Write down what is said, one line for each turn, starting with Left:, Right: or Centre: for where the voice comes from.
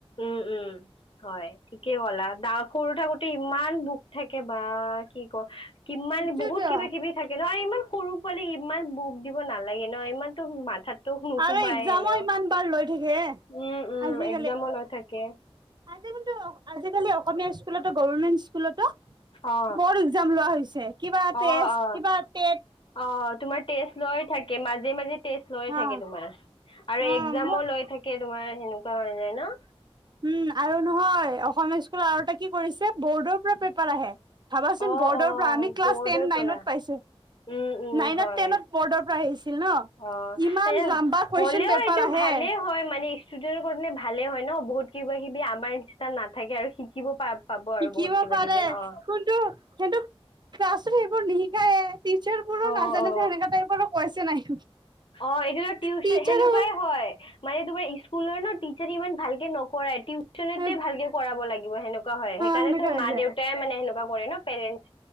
Left: উম-উম হয় ঠিকেই ক'লা দা সৰু থাকোতে ইমান বুক থাকে বা কি কিমান
Right: সেইটোয়েতো
Left: বহুত কিবা কিবি থাকে ন আৰু ইমান সৰু পোৱালি ইমান বু দিব নালাগে ন, ইমানতো মাথাতো নোসোমাই
Right: আৰু এক্জামো
Left: এনেও।
Right: ইমান বাৰ লৈ থাকে
Left: উম-উম
Right: আজিকালি
Left: এক্সামো নাথাকে।
Right: আজি কিন্তু আজিকালি অসমীয়া স্কুলতো গভৰমেন্ট স্কুলতো
Left: অ
Right: বৰ এক্জাম লোৱা হৈছ কিবা টেষ্ট
Left: অ অ
Right: কিবা তেট।
Left: অ' তোমাৰ টেষ্ট লৈয়ে থাকে মাজে- মাজে টেষ্ট লৈয়ে
Right: অ
Left: থাকে তোমাৰ। আৰু
Right: অ
Left: এক্জামো
Right: মোৰ
Left: লৈ থাকে তোমাৰ সেনেকুৱা হৈ যায় ন।
Right: উম আৰু নহয় অসমীয়া স্কুল আৰু এটা কি কৰিছে ব'ৰ্ডৰ পৰা পেপাৰ আহে। ভাবাচোন
Left: অ
Right: বৰ্ডৰ
Left: অ
Right: পৰা আমি ক্লাছ
Left: বৰ্ডৰ
Right: টেন নাইনত
Left: পৰা
Right: পাইছো।
Left: উম উম
Right: নাইনত
Left: হয়
Right: ট্ৰেইনত বৰ্ডৰ পৰা আহিছিল ন
Left: অ'
Right: ইমান
Left: এই
Right: লাম্বা কুৱেশন
Left: হ'লেও
Right: পেপাৰ
Left: এইটো
Right: আহে
Left: ভালেই হয় মানে ষ্টুডেন্টৰ কাৰণে ভালে হয় ন' বহুত কিবা-কিবি আমাৰ নিচিনা নাথাকে আৰু শিকিব পা পাব আৰু
Right: শিকিব
Left: বহুত কিবা
Right: পাৰে,
Left: কিবি অ
Right: কিন্ত সিহঁতক ক্লাছত সেইবোৰ নিশিকায়ে। টিচাৰ বোৰো
Left: অ
Right: নাজানে
Left: অ
Right: যে সেনেকা টাইপৰো কৈছে নাই।
Left: অ', এইটো টিউচন
Right: টিচাৰো
Left: সেনেকুৱাই হয়, মানে তোমাৰ। স্কুলৰ নহ, টিচাৰ ইমান ভালকে নকৰে টিউ। <unintelligible>
Right: অ
Left: তে ভালকে কৰাব লাগিব সেনেকুৱা হয় সেইকাৰণেতো
Right: সেনেকা হৈ
Left: মা-দেউতাই মানে সেনেকুৱা কৰে ন' পেৰেণ্ট